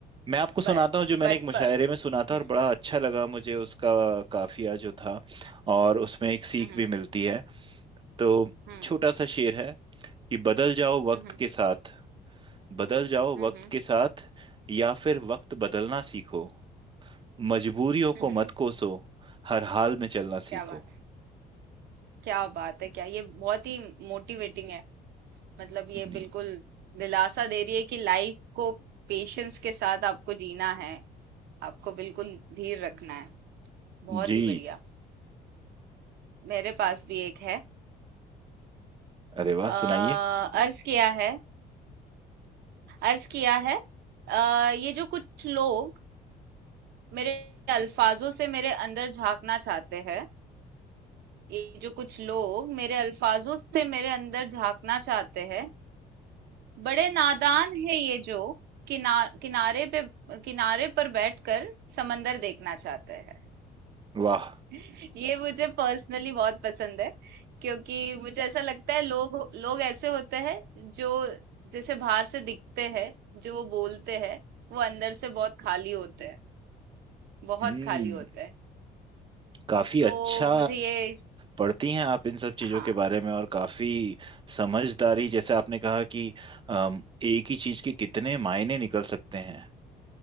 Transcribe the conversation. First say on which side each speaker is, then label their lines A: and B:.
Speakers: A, on the right (about 30°); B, on the right (about 75°).
A: मैं आपको
B: बट
A: सुनाता हूँ जो मैंने
B: बट
A: एक मुशायरे
B: प,
A: में सुना था
B: हम्म
A: और बड़ा अच्छा लगा मुझे उसका काफिया जो था और उसमें एक सीख
B: हम्म
A: भी मिलती है तो
B: हम्म
A: छोटा सा शेर है कि बदल जाओ वक्त
B: हम्म हम्म
A: के साथ बदल जाओ
B: हम्म
A: वक्त के साथ या फिर वक्त बदलना सीखो मजबूरियों
B: हम्म,
A: को
B: हम्म,
A: मत कोसो हर हाल में चलना सीखो
B: क्या बात क्या बात है क्या ये बहुत ही मोटिवेटिंग है मतलब ये
A: जी
B: बिल्कुल दिलासा दे रही है कि लाइफ को पेशेंस के साथ आपको जीना है आपको बिल्कुल धीर रखना है बहुत
A: जी
B: ही बढ़िया मेरे पास भी एक है
A: अरे वाह
B: आ,
A: सुनाइए
B: अर्ज किया है अर्ज किया है आ, ये जो कुछ लोग मेरे अल्फाजों से मेरे अंदर झांकना चाहते हैं ये जो कुछ लोग मेरे अल्फाजों से मेरे अंदर झांकना चाहते हैं बड़े नादान है ये जो किना, किनारे पे किनारे पर बैठकर समंदर देखना चाहते हैं
A: वाह
B: <laughs> ये मुझे पर्सनली बहुत पसंद है क्योंकि मुझे ऐसा लगता है लोग लोग ऐसे होते हैं जो जैसे बाहर से दिखते हैं जो वो बोलते हैं वो अंदर से बहुत खाली होते हैं बहुत
A: हम्म
B: खाली होते हैं
A: काफी
B: तो
A: अच्छा
B: मुझे ये
A: पढ़ती हैं आप इन सब
B: हाँ
A: चीजों के बारे में और काफी समझदारी जैसे आपने कहा कि अम, एक ही चीज के कितने मायने निकल सकते हैं